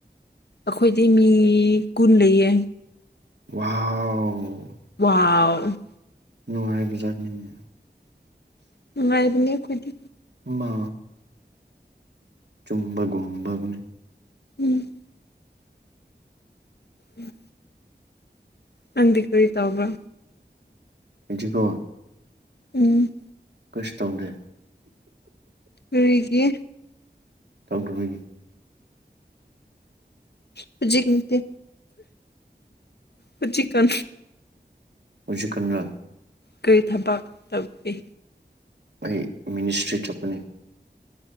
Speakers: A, on the left; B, on the right.
A: ꯑꯩꯈꯣꯏꯗꯤ ꯃꯤ ꯀꯨꯟ ꯂꯩꯌꯦ
B: ꯋꯥꯎ
A: ꯋꯥꯎ
B: ꯅꯨꯡꯉꯥꯏꯕꯖꯥꯅꯤꯅꯦ
A: ꯅꯨꯡꯉꯥꯏꯕꯅꯤ ꯑꯩꯈꯣꯏꯗꯤ
B: ꯃꯥ ꯆꯨꯝꯕ ꯒꯨꯝꯕꯒꯅꯤ
A: ꯎꯝ ꯎꯝ ꯅꯪꯗꯤ ꯀꯔꯤ ꯇꯧꯕ꯭ꯔꯣ
B: ꯑꯩꯗꯤꯀꯣ
A: ꯎꯝ
B: ꯀꯩꯁꯨ ꯇꯧꯗꯦ
A: ꯀꯔꯤꯒꯤ
B: ꯇꯧꯗꯕꯒꯤ
A: ꯍꯨꯖꯤꯛ ꯅꯠꯇꯦ ꯍꯤꯖꯤꯛ ꯀꯟ
B: ꯍꯨꯖꯤꯛ ꯀꯥꯟꯔꯥ
A: ꯀꯔꯤ ꯊꯕꯛ ꯇꯧꯄꯤ
B: ꯑꯩ ꯃꯤꯅꯤꯁꯇ꯭ꯔꯤ ꯆꯠꯄꯅꯤ